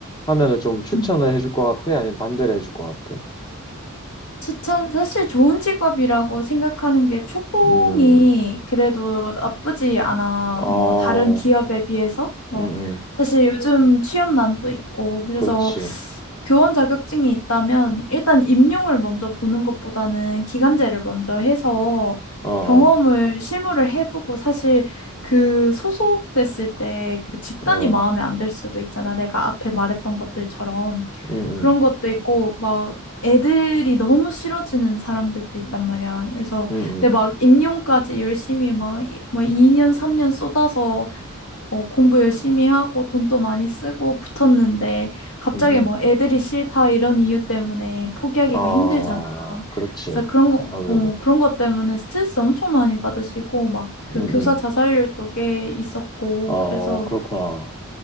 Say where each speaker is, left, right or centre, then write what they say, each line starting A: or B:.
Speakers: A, on the left (about 20°); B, on the left (about 80°).
A: 하면은 좀 추천을
B: 음.
A: 해줄 것 같아? 아니면 반대를 해줄 것 같아?
B: 추천, 사실 좋은 직업이라고 생각하는 게 초봉이
A: 음,
B: 그래도 나쁘지 않아.
A: 어,
B: 뭐, 다른 기업에 비해서. 뭐,
A: 음, 음,
B: 사실 요즘 취업난도 있고, 그래서
A: 그렇지.
B: 교원 자격증이 있다면 일단 임용을 먼저 보는 것보다는 기간제를 먼저 해서
A: 어, 어.
B: 경험을 실무를 해보고 사실 그 소속됐을 때 그 집단이
A: 어.
B: 마음에 안 들 수도 있잖아. 내가 앞에 말했던 것들처럼.
A: 음, 음,
B: 그런 것도 있고 막 애들이 너무 싫어지는 사람들도 있단 말이야. 그래서
A: 음,
B: 근데 막 임용까지 열심히 막, 이- 막 2년 3년 쏟아서 어, 공부 열심히 하고 돈도 많이 쓰고 붙었는데 갑자기
A: 음, 음. 음.
B: 뭐 애들이 싫다 이런 이유 때문에 포기하기가
A: 아,
B: 힘들잖아.
A: 그렇지.
B: 그래서 그런 거,
A: 아무래도.
B: 어, 그런 것 때문에 스트레스 엄청 많이 받으시고 막 그
A: 음,
B: 교사
A: 음.
B: 자살률도 꽤 있었고
A: 아,
B: 그래서
A: 그렇구나.